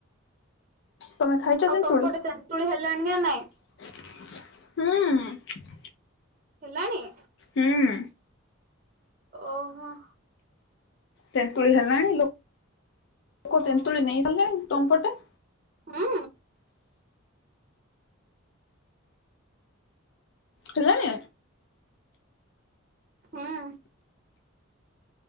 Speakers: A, on the left; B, on the right.
A: ତମେ ଖାଇଛ
B: ଆଉ
A: ତେନ୍ତୁଳି?
B: ତମ ପଟେ ତେନ୍ତୁଳି ହେଲାଣି ନା ନାଇଁ?
A: ହୁଁ।
B: ହେଲାଣିି?
A: ହୁଁ।
B: ଓହୋଃ।
A: ତେନ୍ତୁଳି ହେଲାଣି ଲୋ-କ
B: ହୁଁ
A: ତେନ୍ତୁଳି ନେଇ ସାରିଲେଣି। ତମ ପଟେ?
B: ହୁଁ।
A: ହେଲାଣି?
B: ହୁଁ।